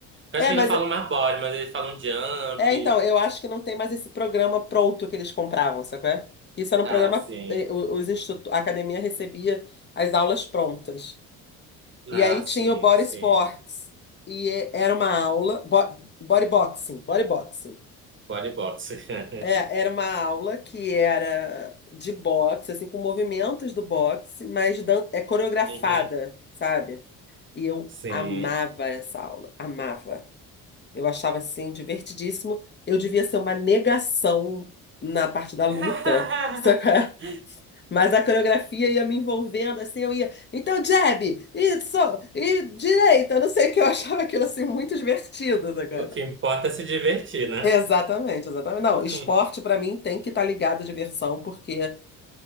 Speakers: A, on the right; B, on the left.
A: Eu
B: É,
A: acho que
B: mas
A: eles não falam mais body, mas eles falam jump.
B: É, então, eu acho que não tem mais esse programa pronto que eles compravam, sacou? é? Isso era um
A: Ah,
B: programa.
A: sim.
B: eh, o- Os institu- a academia recebia as aulas prontas. E
A: Ah,
B: aí tinha
A: sim,
B: o Body
A: sim.
B: Sports. E eh, era uma aula. bo- Body Boxing. Body Boxing.
A: Bodybox. <laughs>
B: É, era uma aula que era de boxe, assim, com movimentos do boxe, mas dan- é coreografada,
A: Uhum.
B: sabe? E eu
A: Sim.
B: amava essa aula. Amava. Eu achava assim divertidíssimo. Eu devia ser uma negação na parte da luta,
A: <laughs>
B: <laughs> só que a- mas a coreografia ia me envolvendo assim, eu ia, então jab, isso, e direita, não sei o que eu achava aquilo assim muito divertido, sabe?
A: O que importa é se divertir, né?
B: Exatamente, exatamente. Não,
A: Uhum.
B: esporte pra mim tem que estar ligado à diversão, porque